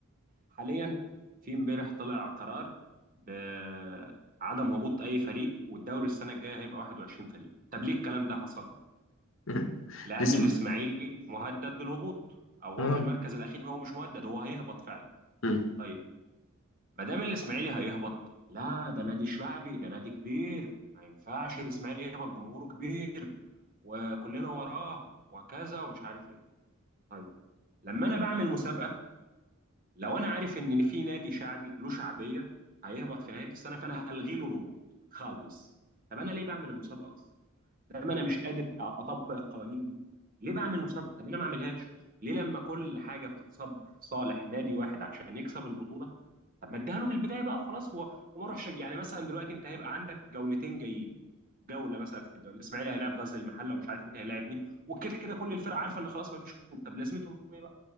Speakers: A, on the right; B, on the left.
A: حاليا في امبارح طلع قرار بعدم هبوط اي فريق والدوري السنه الجايه هيبقى 21 فريق طب ليه الكلام ده حصل
B: <laughs> <applause>
A: لان
B: الاسم
A: الاسماعيلي مهدد بالهبوط او هو
B: اه
A: في المركز الاخير هو مش مهدد هو هيهبط فعلا
B: امم
A: طيب ما دام الاسماعيلي هيهبط لا ده نادي شعبي ده نادي كبير ما ينفعش الاسماعيلي يهبط جمهوره كبير وكلنا وراه وكذا ومش عارف ايه طيب لما انا بعمل مسابقه لو انا عارف ان في نادي شعبي له شعبيه هيهبط في نهايه السنه فانا هلغي له الهبوط خالص طب انا ليه بعمل المسابقه اصلا؟ لما انا مش قادر اطبق القوانين دي ليه بعمل مسابقه؟ طب انا ما اعملهاش ليه لما كل حاجه بتتصب في صالح نادي واحد عشان يكسب البطوله طب ما اديها له من البدايه بقى وخلاص و- وما اروحش أج- يعني مثلا دلوقتي انت هيبقى عندك جولتين جايين جوله مثلا في الدوري الاسماعيلي هيلاعب غزل المحله ومش عارف مين هيلاعب مين وكده كده كل الفرق عارفه ان خلاص ما فيش هبوط. طب لازمتهم ايه بقى